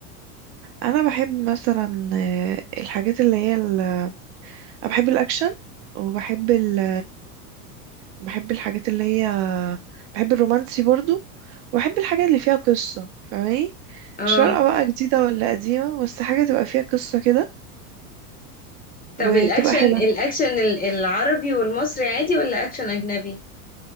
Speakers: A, on the right; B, on the left.
A: انا بحب مثلا آه، الحاجات اللي هي ال... انا بحب الاكشن وبحب ال... بحب الحاجات اللي هي بحب الرومانسي برضو وبحب الحاجات اللي فيها قصة فاهماني
B: اه
A: مش فارقة بقى جديدة ولا قديمة بس حاجة تبقى فيها قصة كده
B: طب
A: وتبقى
B: الاكشن
A: حلوة
B: الاكشن ال- العربي والمصري عادي ولا اكشن اجنبي